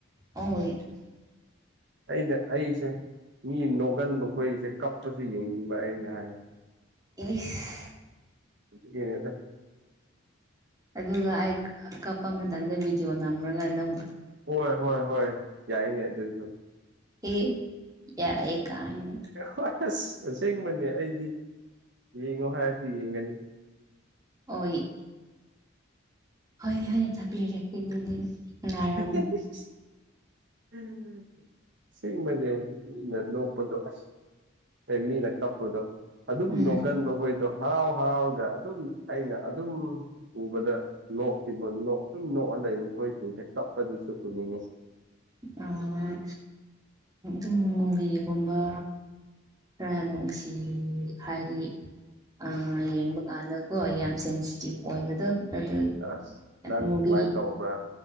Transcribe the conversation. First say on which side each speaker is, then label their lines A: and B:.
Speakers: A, on the right; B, on the right.
A: ꯑꯣꯏ
B: ꯑꯩꯅꯦ ꯑꯁꯦ ꯃꯤ ꯅꯣꯛꯒꯟꯕ ꯈꯣꯁꯦ ꯀꯞꯄꯁꯦ ꯌꯦꯡꯅꯤꯡꯕ ꯑꯩꯅ ꯍꯥꯏꯕꯗꯤ
A: ꯏꯁ
B: ꯑꯗꯨꯒꯤꯅ‌ꯦꯗ
A: ꯑꯗꯨꯒ ꯑꯩ ꯀꯞꯄ ꯃꯇꯝꯗ ꯚꯗꯤꯑꯣ ꯅꯝꯃꯒ ꯅꯪ
B: ꯍꯣꯏ ꯍꯣꯏ ꯍꯣꯏ ꯌꯥꯏꯅꯦ ꯑꯗꯨꯁꯨ
A: ꯏꯤ ꯌꯥꯏꯑꯦ ꯀꯥꯏꯅ
B: ꯍꯣꯏ ꯑꯁ ꯑꯁꯦꯡꯕꯅꯦ ꯑꯩꯗꯤ ꯌꯦꯡꯅ‌ꯦ ꯍꯥꯏꯔꯁꯨ ꯌꯦꯡꯒꯅꯤ
A: ꯍꫭꯏ ꯍꫭꯏꯅꯦ ꯍꫭꯏꯅꯦ ꯊꯕꯤꯔꯔꯒꯦ ꯑꯗꯨꯗꯤ ꯉꯥꯏꯔꯝꯃꯨ
B: ꯎꯝ <unintelligible> ꯑꯁꯤꯡꯕꯅꯦ ꯃꯤꯅ ꯂꯣꯛꯄꯗꯣ ꯑꯁ ꯅꯠꯇ‌ꯦ ꯃꯤꯅ ꯀꯞꯄꯗꯣ ꯑꯗꯨꯝ
A: ꯎꯝ
B: ꯅꯣꯛꯒꯟꯕꯈꯣꯏꯗꯣ ꯍꯔꯥꯎ ꯍꯔꯥꯎꯔꯒ ꯑꯗꯨꯝ ꯑꯩꯅ ꯑꯗꯨꯝ ꯎꯕꯗ ꯅꯣꯛꯈꯤꯕ ꯑꯗꯨꯝ ꯅꯣꯛꯑ ꯂꯩꯕꯈꫭꯁꯤꯡꯖ‌ꯦ ꯀꯄꯗꯁꯨ ꯎꯅꯤꯡꯉ‌ꯦ
A: ꯑꯥ ꯏꯝ ꯃꯨꯕꯤꯒꯨꯝꯕ ꯈꯔ ꯅꯨꯡꯁꯤ ꯍꯥꯏꯗꯤ ꯑꯥ ꯌꯦꯡꯕ ꯀꯥꯟꯗꯀꯣ ꯑꯩ ꯌꯥꯝ ꯁꯦꯟꯁꯤꯇꯤꯞ ꯑꯣꯏꯕꯗꯣ ꯑꯗꯨ
B: ꯑꯁ ꯅꯪ
A: ꯃꯨꯕꯤ
B: ꯑꯗꯨꯃꯥꯏꯅ ꯇꯧꯕ꯭ꯔꯥ